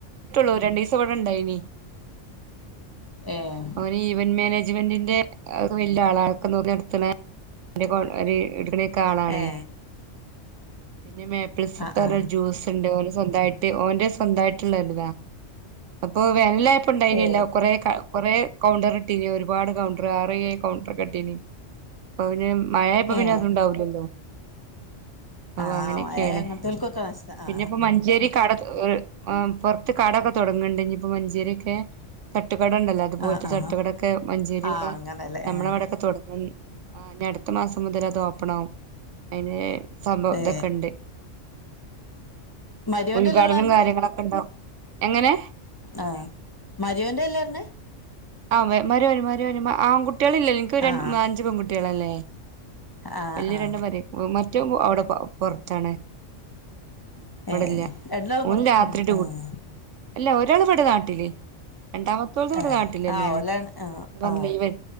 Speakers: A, on the right; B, on the left.
A: പറ്റുള്ളൂ രണ്ടീസം ഇവിടെ ഇണ്ടായിനി
B: ഏഹ്
A: ഇവൻ ഈവന്റ് മാനേജ്മെന്റിന്റെ വലിയ ആളാണ് അതൊക്കെ നോക്കി നടത്ത്ണെ <unintelligible> ആളാണേ
B: ഏ
A: പിന്നെ <unintelligible>
B: ആ ആ
A: ജ്യൂസ് ണ്ട് ഓല് സ്വന്തായിട്ട് ഓന്റെ സ്വന്തമായിട്ടുള്ള ഇതാ അപ്പൊ വേനലായപ്പ ഇണ്ടായിനില്ലോ
B: ഏ
A: കൊറെ കൊറേ കൗണ്ടർ ഇട്ടീന് ഒരുപാട് കൗണ്ടർ ആറേഴ് കൗണ്ടർ കെട്ടീനി അപ്പൊ പിന്നെ മഴ ഇപ്പ പിന്നെ
B: ഏ
A: അത്ണ്ടാവില്ലല്ലോ അപ്പ
B: ആ
A: അങ്ങനെയൊക്കെയാണ്
B: മഴ അങ്ങനത്തോൽക്കൊക്കെ നഷ്ടാ ആ
A: പിന്നെ ഇപ്പോ മഞ്ചേരി കട് പുറത്ത് കടൊക്കെ തൊടങ്ങ്ണ്ട് ഇനി ഇപ്പൊ മഞ്ചേരിയൊക്കെ തട്ടുകട ഇണ്ടല്ലോ അതുപോലത്തെ
B: ആ ആ
A: തട്ടുകടൊക്കെ മഞ്ചേരി ഇവിടെ
B: ആ അങ്ങനല്ലേ
A: നമ്മളെ
B: ആ
A: അവിടൊക്കെ തുടങ്ങ ആ അൻ്റ അടുത്ത മാസം മുതൽ അത് ഓപ്പണാവും അയിന് സംഭവം
B: ഏ
A: ഇതൊക്കെണ്ട്
B: മരിയോന്റെ
A: ഉദ്ഘാടനും
B: അല്ലേ ഇങ്ങള് പറഞ്ഞേ
A: കാര്യങ്ങളൊക്കെ ഉണ്ടാവും എങ്ങനെ
B: ആഹ് മരീവന്റെ എല്ലാരുന്ന്
A: ആഹ് മരുവരും മരുവരും മ ആൺകുട്ടികളിലല്ല ഇപ്പ രൺ
B: ആ
A: അഞ്ച് പെൺകുട്ടികളല്ലേ
B: ആ
A: വലിയ
B: ആ
A: രണ്ട് മാര് ഉം മറ്റവൻ അവിടെ പ പുറത്താണ് ഇവിടില്ല
B: ഏഹ് രണ്ടാളും
A: ഓന്
B: പുറത്ത്
A: രാത്രി ഡ്യൂട്ടി
B: ആഹ്
A: അല്ല ഒരാള് ഇവിടെ നാട്ടില് രണ്ടാമത്തേത് ഇവിടെ
B: ഏ
A: നാട്ടില് തന്നെയാണ്
B: ആ ഓലാണ് ആ
A: അപ്പം
B: ആ
A: ഇവൻ